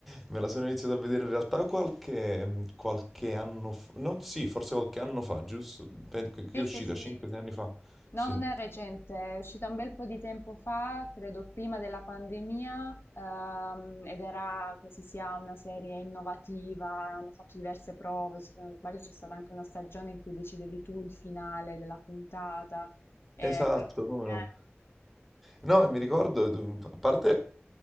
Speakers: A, in the centre; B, on the left.
A: me la sono iniziata a vedere in realtà qualche, qualche anno fa, no, sì, forse qualche anno fa, giusto? Pen- Che che
B: Sì,
A: è uscita,
B: sì, sì.
A: 5-6 anni fa,
B: No,
A: sì.
B: non è recente, è uscita un bel po' di tempo fa, credo prima della pandemia, ehm, ed era così sia una serie innovativa, hanno fatto diverse prove, se non sbaglio c'è stata anche una stagione in cui decidevi tu il finale della puntata, eh,
A: Esatto,
B: però...
A: come
B: eh,
A: no? No, e mi ricordo, eh, a parte